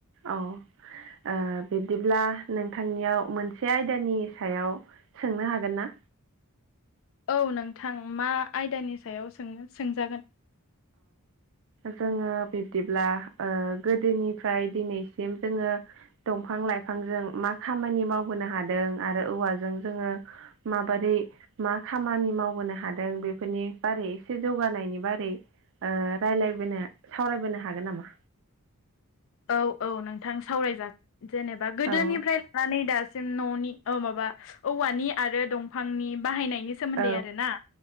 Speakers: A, on the right; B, on the left.
A: औ। ओ बिदिब्ला नोंथांनियाव मोनसे आयदानि सायाव सोंनो हागोन ना?
B: औ नोंथां मा आयदानि सायाव सोंनो सोंजागोन।
A: जोंङो बिब्दिब्ला ओ गोदोनिफ्राय दिनैसिम जोंङो दंफां लाइफांजों मा खामानि मावबोनो हादों आरो औवाजों जोंङो माबादि बादि मा खामानि मावबोनो हादों बेफोरनि बारै एसे जौगानायनि बारै ओ राय्लायबोनो सावरायबोनो हागोन नामा?
B: औ औ नोंथां सावराय जागोन जेनेबा गोदोनिफ्राय
A: औ
B: लानानै दा दासिम न'नि अ माबा औवानि आरो दंफांनि बाहायनि नि सोमोन्दै
A: औ
B: आरोना